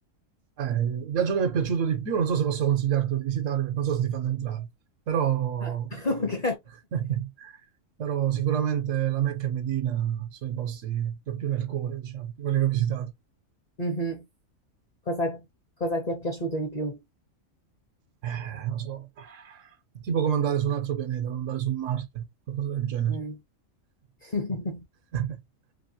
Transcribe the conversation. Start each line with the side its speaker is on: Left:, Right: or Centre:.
Right: eh, il viaggio che mi è piaciuto di più, non so se posso consigliarti di visitare, perché non so se ti fanno entrare, però,
Left: Ah, <laughs> ok.
Right: <laughs> però sicuramente la Mecca e Medina sono i posti che ho più nel cuore, diciamo, di quelli che ho visitato.
Left: Mhm. Cosa, cosa ti è piaciuto di più?
Right: Eh, non so, è tipo come andare su un altro pianeta, come andare su Marte, qualcosa del genere.
Left: Mm. <laughs>
Right: <laughs>